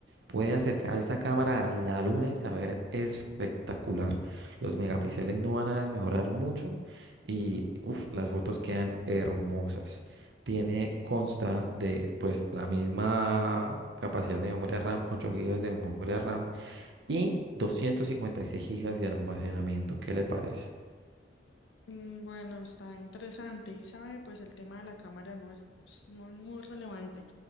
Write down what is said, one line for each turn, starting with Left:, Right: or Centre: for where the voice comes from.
Right: Puede acercar esta cámara a la luna y saber espectacular. Los megapíxeles no van a desmejorar mucho y uf, las fotos quedan hermosas. Tiene consta de pues la misma capacidad de memoria RAM, 8 gigas de memoria RAM y 256 gigas de almacenamiento. ¿Qué le parece?
Left: Mm, bueno, está interesante y sabe, pues el tema de la cámara no es pues, muy, muy relevante.